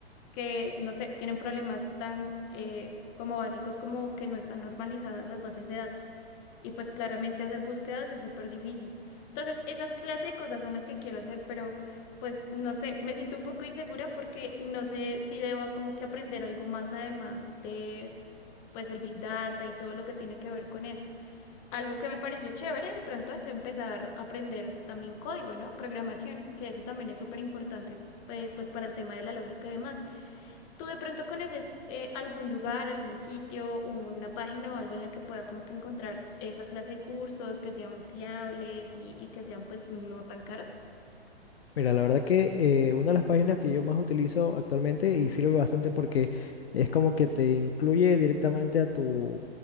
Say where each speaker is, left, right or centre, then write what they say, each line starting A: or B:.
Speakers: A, on the left (about 35°); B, on the left (about 70°).
A: que, no sé, tienen problemas tan eh, como básicos como que no están normalizadas las bases de datos. Y pues claramente hacer búsquedas es súper difícil. Entonces, esa clase de cosas son las que quiero hacer, pero pues no sé, me siento un poco insegura porque no sé si debo como que aprender algo más además de pues el Big Data y todo lo que tiene que ver con eso. Algo que me pareció chévere de pronto es empezar a aprender también código, ¿no? Programación, que eso también es súper importante eh, pues para el tema de la lógica y demás. ¿Tú de pronto conoces eh, algún lugar, algún sitio, una página o algo en la que pueda como que encontrar esa clase de cursos que sean fiables y, y que sean pues no tan caros?
B: Mira, la verdad que eh, una de las páginas que yo más utilizo actualmente y sirve bastante porque es como que te incluye directamente a tu